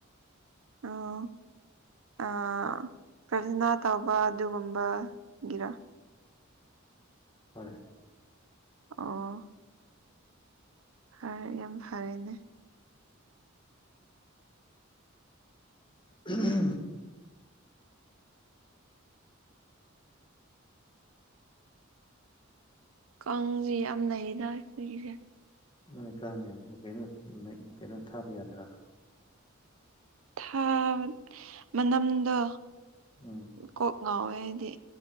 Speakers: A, on the right (about 80°); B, on the left (about 25°).
A: ꯑꯣ ꯑ ꯄ꯭ꯔꯊꯅꯥ ꯇꯧꯕ ꯑꯗꯨꯒꯨꯝꯕꯒꯤꯔ?
B: ꯍꯣꯏ
A: ꯑꯣ ꯐꯔꯦ ꯌꯥꯝ ꯐꯔꯦꯅꯦ
B: ꯎꯝ
A: ꯀꯥꯡꯁꯦ ꯌꯥꯝ ꯅꯩꯗ ꯑꯩꯈꯣꯏꯒꯤꯁꯦ
B: ꯅꯣꯏ ꯀꯥꯡ ꯌꯥꯝ ꯀꯩꯅꯣ ꯅꯥꯏꯠ ꯀꯩꯅꯣ ꯊꯥꯕ ꯌꯥꯗ꯭ꯔꯥ
A: ꯊꯥꯕꯅꯤ ꯃꯅꯝꯗꯣ
B: ꯎꯝ
A: ꯀꯣꯛ ꯉꯥꯎꯋꯦ ꯑꯩꯗꯤ